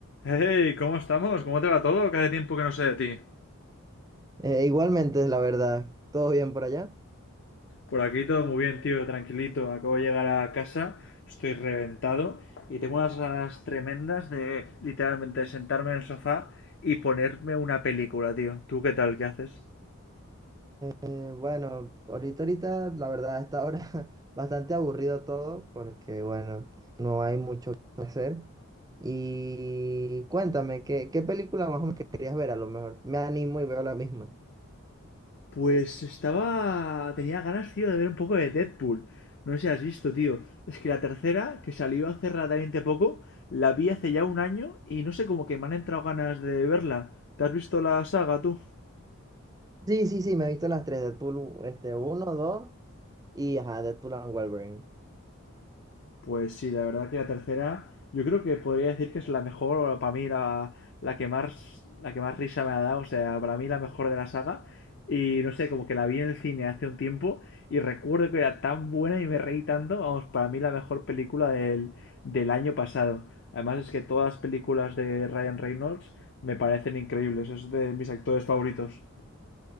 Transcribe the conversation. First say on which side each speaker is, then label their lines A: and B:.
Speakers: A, on the left; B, on the right.
A: Hey, ¿cómo estamos? ¿Cómo te va todo? Cada tiempo que no sé de ti.
B: Eh, igualmente, la verdad, todo bien por allá.
A: Por aquí todo muy bien, tío, tranquilito. Acabo de llegar a casa, estoy reventado y tengo unas ganas tremendas de literalmente sentarme en el sofá y ponerme una película, tío. ¿Tú qué tal? ¿Qué haces?
B: Eh, bueno, ahorita, ahorita, la verdad, a esta hora <laughs> bastante aburrido todo porque, bueno, no hay mucho que hacer. Y cuéntame, ¿qué, qué película más o menos que querías ver? A lo mejor me animo y veo la misma.
A: Pues estaba... Tenía ganas, tío, de ver un poco de Deadpool. No sé si has visto, tío. Es que la tercera, que salió hace relativamente poco, la vi hace ya un año y no sé, como que me han entrado ganas de verla. ¿Te has visto la saga, tú?
B: Sí, sí, sí, me he visto las tres, Deadpool, este, uno, dos y, ajá, Deadpool and Wolverine.
A: Pues sí, la verdad que la tercera, yo creo que podría decir que es la mejor, o para mí la, la que más, la que más risa me ha dado, o sea, para mí la mejor de la saga. Y no sé, como que la vi en el cine hace un tiempo y recuerdo que era tan buena y me reí tanto, vamos, para mí la mejor película del, del año pasado. Además es que todas las películas de Ryan Reynolds me parecen increíbles, es de mis actores favoritos.